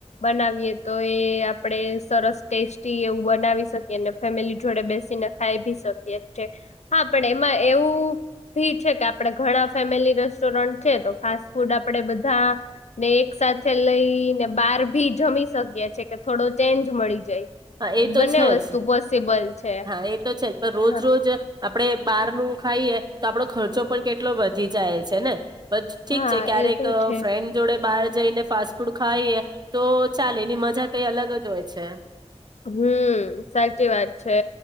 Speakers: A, on the left (about 75°); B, on the right (about 35°).
A: બનાવીએ તો એ આપડે સરસ ટેસ્ટી એવું બનાવી શકીએ ફેમિલી જોડે બેસીને ખાઈ ભી શકીએ છે હા પણ એમાં એવું. <unintelligible> ભી છે કે આપડે ઘણા ફેમિલી રેસ્ટોરન્ટ છે તો ફાસ્ટ ફૂડ આ પડે બધા ને સાથે લઈ ને બાર ભી જમી શકીએ છે કે થોડો ચેન્જ મળી જાય.
B: હા, એતો
A: બંને
B: છેજ.
A: વસ્તુ પોસિબલ છે
B: હા, એતો છેજ પણ રોજ
A: હા
B: રોજ આપડે બારનું ખાઈએ તો આપડો ખર્ચો પણ કેટલો વધી જાય છેને. બસ ઠીક
A: હા
B: છે ક્યારેક
A: એ તો
B: અ
A: છે
B: ફ્રેન્ડ જોડે બાર જઈને ફાસ્ટ ફૂડ ખાઈએ તો ચાલે એની મજા કઈ અલગ જ હોય છે.
A: હમ્મ, સાચી વાત છે,